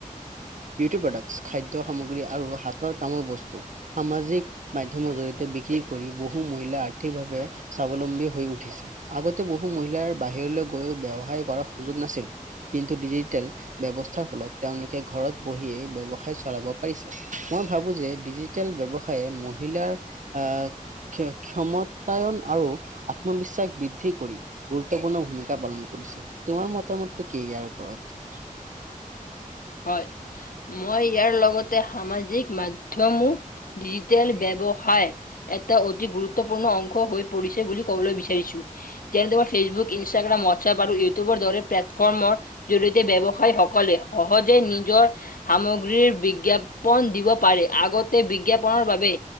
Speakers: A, on the right (about 60°); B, on the left (about 80°).
A: বিউটী প্ৰডাকটছ, খাদ্য সামগ্ৰী আৰু হাতৰ কামৰ বস্তু সামাজিক মাধ্যমৰ জৰিয়তে বিক্ৰী কৰি বহু মহিলা আৰ্থিকভাৱে স্বাৱলম্বী হৈ উঠিছিল। আগতে বহু মহিলাৰ বাহিৰলৈ গৈ ব্যৱসায় কৰাৰ সুযোগ নাছিল। কিন্তু ডিজিটেল ব্যৱস্থাৰ ফলত তেওঁলোকে ঘৰত বহিয়েই বব্যৱসায় চলাব পাৰিছে। মই ভাবোঁ যে ডিজিটেল ব্যৱসায়ে মহিলাৰ আহ ক ক্ষমতায়ন আৰু আত্মবিশ্বাস বৃদ্ধি কৰি গুৰুত্বপূৰ্ণ ভূমিকা পালন কৰিছে, তোমাৰ মতামতটো কি ইয়াৰ ওপৰত।
B: হয়, মই ইয়াৰ লগতে সামাজিক মাধ্যমো ডিজিটেল বব্যৱসায় এটা অতি গুৰুত্বপূৰ্ণ অংশ হৈ পৰিছে বুলি কবলৈ বিচাৰিছোঁ। যেনে তোমাৰ ফেচবুক ইনষ্টাগ্ৰাম হোৱাটছআপ আৰু ইউটিউব দৰে প্লেটফৰ্মৰ জৰিয়তে ব্যৱসায়ী সকলে সহজে নিজৰ সামগ বিজ্ঞাপন দিব পাৰে, আগতে বিজ্ঞাপনৰ বাবে